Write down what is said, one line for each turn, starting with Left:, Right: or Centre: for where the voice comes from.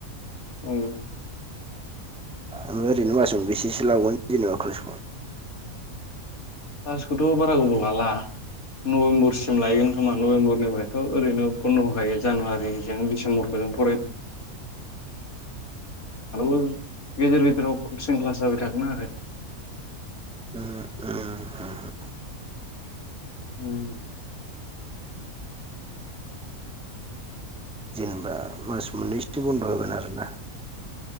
Left: औ
Centre: ओफ्राय ओरैनो मासावनो बेसेसो लाावगोन जेनेबा क्लासखौ
Left: लास्खौथ' बारा गोबाव लाला नभेम्बरसिम लायगोन खोमा नभेम्बरनिफ्रायथ' ओरैनो बन्द'खायो जानुवारिजों डिसेम्बरखौ जों फराय ो गेजेर गदेराव कचं क्लास जाबाय थागोन आरो।
Centre: <inaudible>
Left: उम
Centre: जेनेबा मास मोननैसो बन्द' होगोन आरोना।